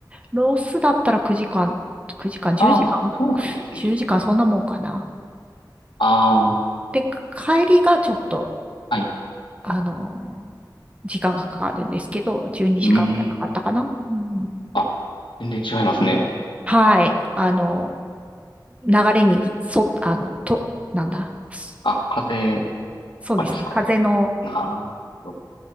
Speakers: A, on the right (about 15°); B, on the left (about 85°).
A: ロースだったら9時間、9時間、1時間、
B: ああ、そそうなんですね。
A: 10時間そんなもんかな。
B: あ
A: で、帰りがちょっと、
B: あ、はい。
A: あのー時間がかかるんですけど、12時間ぐらいかかったかな。
B: うーん。
A: うん
B: あ、全然違いますね。
A: はい。あの、流れに、そ、あの、と、なんだ。そ
B: あ、風邪
A: そうですね。
B: とかですか。
A: 風の
B: なるほど。